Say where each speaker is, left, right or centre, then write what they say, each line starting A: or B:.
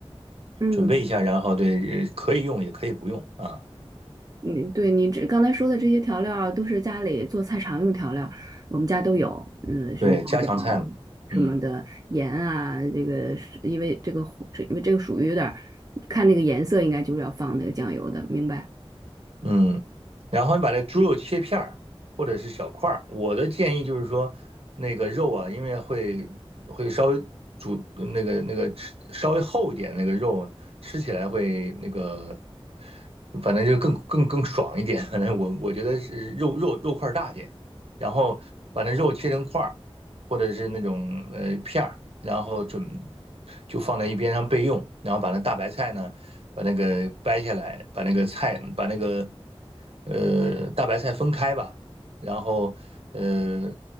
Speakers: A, on the right (about 40°); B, on the right (about 75°).
A: 嗯。
B: 准备一下，然后对，呃可以用也可以不用啊。
A: 你对你这刚才说的这些调料啊，都是家里做菜常用调料我们家都有，嗯，什么八角啊
B: 对，家常菜嘛，
A: 什么的盐啊，
B: 嗯。
A: 这个是因为这个火这因为这个属于有点儿看那个颜色，应该就是要放那个酱油的，明白？
B: 嗯，然后你把那猪肉切片儿或者是小块儿。我的建议就是说，那个肉啊，因为会会稍微煮那个那个吃稍微厚一点，那个肉吃起来会那个，反正就更更更爽一点。<laughs> 反正我我觉得是肉肉肉块儿大点，然后把那肉切成块儿。或者是那种呃片儿，然后准就放在一边上备用，然后把那大白菜呢，把那个掰下来，把那个菜把那个呃大白菜分开吧，然后呃